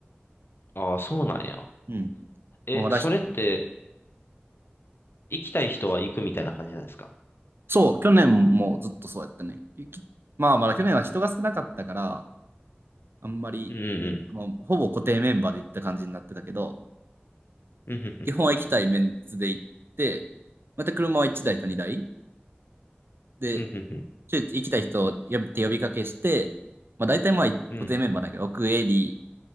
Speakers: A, on the left (about 65°); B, on the right (about 65°).
A: ああ、そうなんや。
B: うん。
A: え、
B: まあ、まだ
A: それって、行きたい人は行くみたいな感じなんですか
B: そう、去年もずっとそうやったね。まあ、まだ去年は人が少なかったから、あんまり、
A: うんうん
B: まあ、ほぼ固定メンバーで行った感じになってたけど、
A: うん。うんふんふん。
B: 基本は行きたいメンツで行って、また車は1台か2台で、
A: うんふんふん。
B: ちょ行きたい人を呼びって呼びかけして、まあ大体まあ固定メンバーだけど、
A: うん
B: 奥エリー、